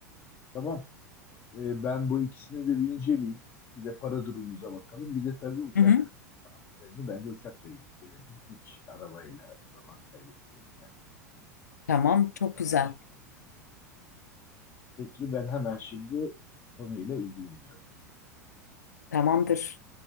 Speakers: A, on the left; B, on the left.
A: Tamam. E, ben bu ikisini de bir inceleyeyim. Bir de para durumumuza bakalım. Bir de tabii uçak.
B: Hı hı.
A: Yani bence uçakla gidip gelelim. Hiç arabayla zaman kaybetmeyelim yani.
B: Tamam, çok
A: Daha
B: güzel.
A: acil. Peki ben hemen şimdi konuyla ilgileniyorum.
B: Tamamdır.